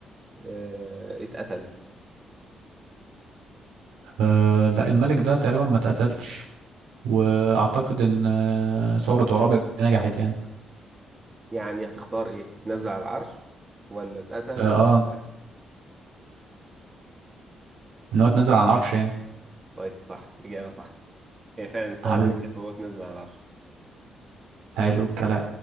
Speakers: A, on the right (about 30°); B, on the right (about 80°).
A: آه، اتقتل؟
B: آه لا الملك ده تقريبا ما اتقتلش واعتقد ان آه، ثورة عرابي نجحت يعني
A: يعني هتختار إيه؟ نزل على العرش ولا اتقتل؟
B: اه آه،
A: ولا-
B: ان هو اتنزل على العرش يعني
A: طيب صح إجابة صح هي فعلا الثورة
B: حبيبي
A: نجحت وهو اتنزل على العرش
B: حلو الكلام